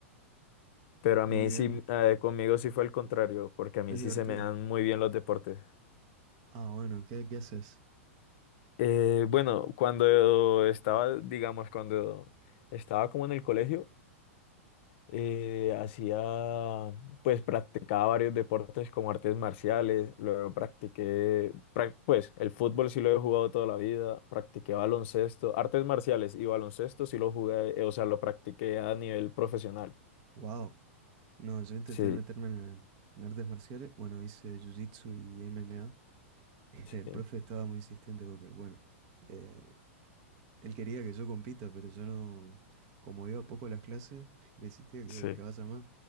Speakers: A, on the left (about 60°); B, on the right (about 50°).
A: Pero
B: muy
A: a mí sí,
B: bien,
A: eh, conmigo sí fue el contrario, porque a mí
B: es divertido.
A: sí se me dan muy bien los deportes.
B: Ah, bueno, ¿qué, qué haces?
A: Eh, bueno, cuando estaba, digamos, cuando estaba como en el colegio, Eh, hacía, pues practicaba varios deportes como artes marciales, luego practiqué, prac- pues el fútbol sí lo he jugado toda la vida, practiqué baloncesto, artes marciales y baloncesto sí lo jugué, eh, o sea, lo practiqué a nivel profesional.
B: Wow. No, yo intenté
A: Sí,
B: meterme en, en artes marciales. Bueno, hice jiu-jitsu y MMA. <laughs> El
A: sí.
B: profe estaba muy insistente porque, bueno, eh, él quería que yo compita, pero yo no, como iba poco a las clases, <laughs> me insistía que,
A: Sí,
B: que vaya más.